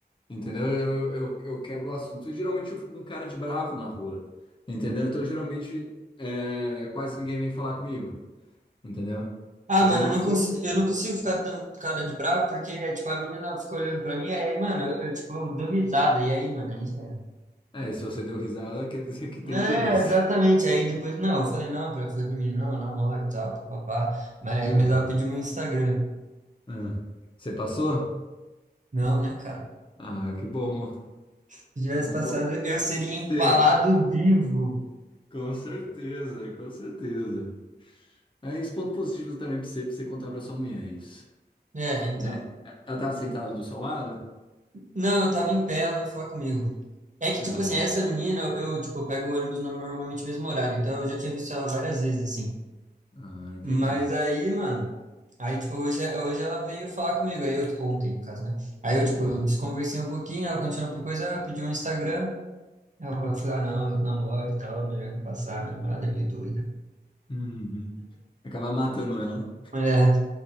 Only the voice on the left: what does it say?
Entendeu? Eu, eu, eu quebro o assunto. E geralmente eu fico com cara de bravo na rua. Entendeu? Então geralmente é, quase ninguém vem falar comigo. Entendeu?
Então
eu não
sou.
É, e se você deu risada, quer dizer que tem
interesse.
Aham,
aham. Você passou?
Ah, que bom.
Um
ponto positivo
pra você.
Com certeza, com certeza. É isso, ponto positivo também pra você, pra você contar pra sua mulher isso.
Né? Ela tava sentada do seu lado?
Ah,
ah, entendi.
Uhum.
Uhum. Acabar matando ela.